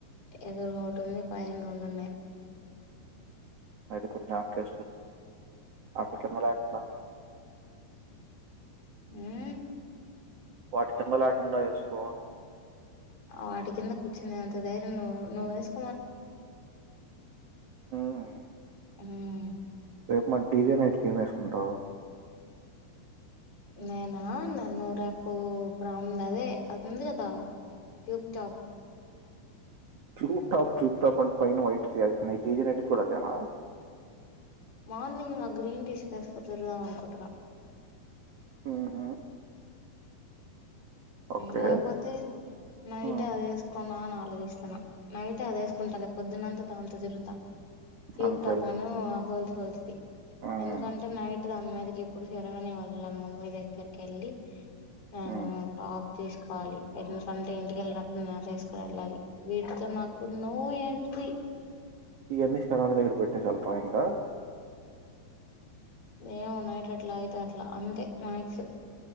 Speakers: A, on the left; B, on the right.
A: ఎదురుగా ఓటుంది పైన రెండు ఉన్నాయి
B: అయితే కొంచం ఏనాకిసుకో అటికింద లేకుండా
A: మ్మ్
B: వాటి కింద లేకుండా వేసుకో
A: వాటి కింద కూర్చునేంత ధైర్యం ను్వు నువ్వ వేసు
B: ఉమ్
A: మ్మ్
B: రేపు మరి డీజే నైటికి ఏం వేసుకుంటావు
A: నేనా న నన్నూ రేపు బ్రౌన్ అదే అది ఉంది కదా టు్టాప్ టాక్
B: జుట్ టాప్ జూట్ టాప్ అంత పైన వైట్ తంది డీజే నైట్ కూడా అదేనా
A: మార్నింగ్ ఆ గ్రీన్ టీషర్ట్ వెస్కాన్ తిరుగుదామనకుంటున్న
B: ఉహు ఓకే
A: లేకపోతే నైట్
B: ఉమ్
A: అది వేసుకో నా ఆలోచేస్తన్నా నైటే అది వేసుకుంటాల పొద్దున్నంత దాంతో తిరుగుతా ట్యూబ్
B: అంతేలే
A: టాప్ ను ఆ హోల్స్ హోల్స్ది
B: ఉమ్
A: ఎందుకంటే నైట్ దాని మీదకి ఇప్పుడు శరవని వెళ్ళం మమ్మీ దగ్గరికి వెళ్ళి నేను
B: ఉమ్
A: టాప్ తీసుకోవాలి ఎందుకంటె ఇంటిక వెళ్ళటప్పుడు నేను వేసుకుని వెళ్ళాలి వీటితో నాకు నో ఎంట్రీ
B: ఇవన్నీ శర్వాణి దగ్గర పెట్టేసి వెళ్తావా ఇంకా
A: ఏమో నైట్ అట్లా అయితే అట్లా అంతే మ్యాక్స్